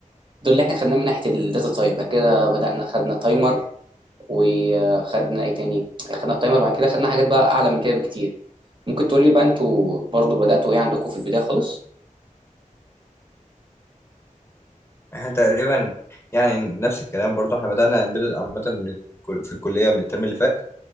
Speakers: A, on the right (about 35°); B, on the left (about 20°).
A: دول اللي احنا خدناه من ناحيه الداتا تايب بعد كده بدانا خدنا تايمر وخدنا ايه تاني خدنا التايمر بعد كده خدنا حاجات بقى اعلى من كده بكتير ممكن تقول لي بقى انتوا برضو بداتوا ايه عندكم في البدايه خالص
B: احنا تقريبا يعني نفس الكلام برضو احنا بدأنا امبيدد عامة من الكل- في الكلية من الترم اللي فات